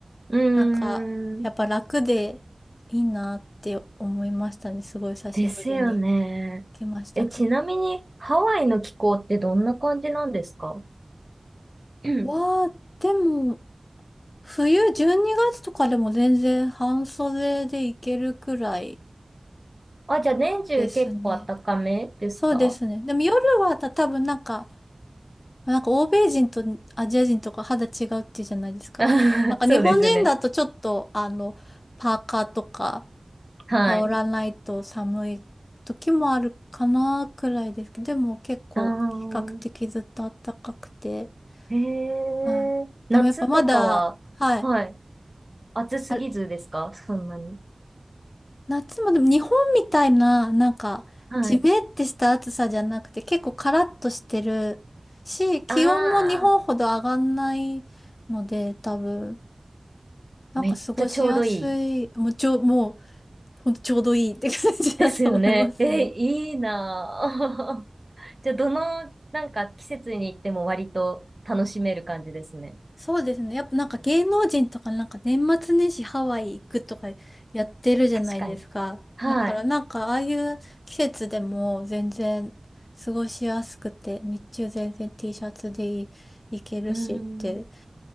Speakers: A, on the right (about 25°); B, on the left (about 60°).
A: うー
B: なんか、
A: ん、
B: やっぱ楽でいいなって思いましたね。すごい久しぶりに
A: ですよね。
B: 行きましたけど。
A: え、ちなみにハワイの気候ってどんな感じなんですかうん
B: わあ、でも、冬12月とかでも全然半袖でいけるくらい
A: <clears throat> あ、じゃあ年中結構暖かめですか
B: ですね。そうですね。でも夜はた多分なんか、なんか欧米人とアジア人とか肌違うっていうじゃないですか。
A: <laughs>
B: なんか日本人だとちょっとあの、
A: そうですね。
B: パーカーとか
A: はい。
B: 羽織らないと寒い時もあるかなくらいですけど、でも結構比較的ずっと暖かくて、
A: あーへえ、
B: はい。
A: 夏とかは、
B: でもやっぱまだ、はい。
A: はい。暑すぎずですかそんなに。
B: あ夏もでも日本みたいな、なんか、
A: はい。
B: ジメってした暑さじゃなくて、結構カラッとしてるし、気温も日本ほど上がんないので、
A: ああ、
B: 多分、なんか過ごしやすい、
A: めっちゃちょうどいい。
B: もうちょ、もう、ほんとちょうどいいって感じだと思いますね。
A: ですよね。え、いいなぁ。<laughs> じゃあ、どの、なんか季節に行っても割と楽しめる感じですね。
B: そうですね。やっぱなんか芸能人とかなんか年末年始ハワイ行くとかやってるじゃないですか。
A: 確かに。はい。
B: だからなんかああいう季節でも全然過ごしやすくて、日中全然 T シャツでい行けるしって、
A: うん。